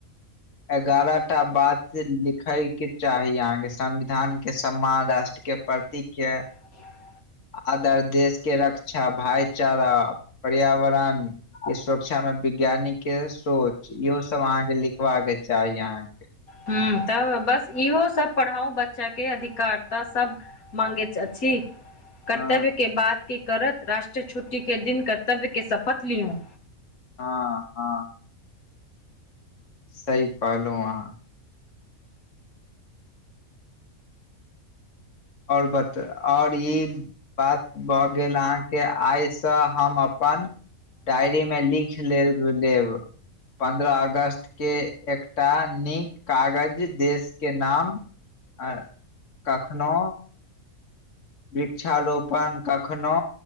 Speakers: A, on the left (about 60°); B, on the left (about 80°).
A: एगारह टा बात लिखै के चाही अहाँकेँ संविधान के सम्मान राष्ट्र के परती कै
B: <inaudible>
A: आदर देश के रक्षा भाईचारा पर्यावरण ई सुरक्षामे विज्ञानिककेँ सोच इहो सब अहाँकेँ लिखबा के चाही अहाँकेँ
B: हुँ तऽ बस इहो सब पढ़ाउ बच्चा के अधिकार त सब माँंगेच अछी कर्तव्य
A: हँ
B: के बात की करत राष्ट्रीय छुट्टी के दिन कर्तव्य के शपथ लियौ
A: हँ हं सही कहलहुँ अहाँ ओर बत ओर ई बात भऽ गेल अहाँ के आइसँ हम अपन डायरी में लिख लेय लेब पन्द्रह अगस्त के एकटा नीक कागज देश के नाम आऽ कखनो वृक्षारोपण कखनो